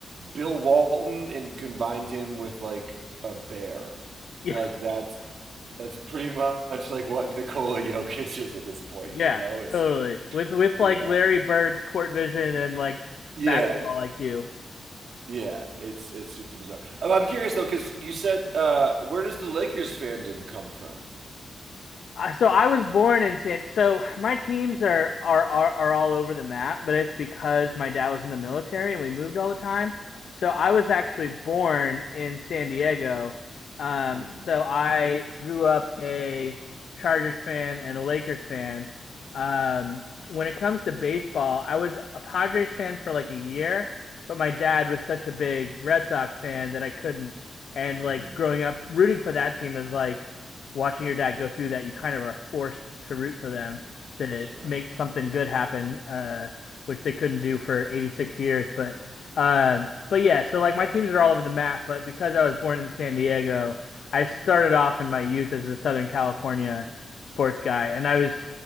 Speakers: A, on the right (about 70°); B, on the left (about 70°).
A: Bill Walton and combined him with like a bear.
B: Yeah,
A: Like that's that's pretty much like what Nikola Jokic is at this point,
B: yeah,
A: you know? It's
B: totally. With with
A: yeah.
B: like Larry Bird's court vision and like
A: Yeah.
B: basketball IQ.
A: Yeah, it's it's super bizarre. Um, I'm curious though, because you said uh, where does the Lakers fandom come from?
B: So I was born in San. So my teams are, are are are all over the map, but it's because my dad was in the military and we moved all the time. So I was actually born in San Diego. Um,
A: Mm,
B: so I grew up a Chargers fan and a Lakers fan. Um, when it comes to baseball, I was a Padres fan for like a year, but my dad was such a big Red Sox fan that I couldn't. And
A: mm,
B: like growing up rooting for that team is like watching your dad go through that, you kind of are forced to root for them to
A: sure.
B: make something good happen, uh, which they couldn't do for 86 years. But um, but yeah, so like my teams are all over the map, but because I was born in San Diego, I started off in my youth as a Southern California sports guy, and I was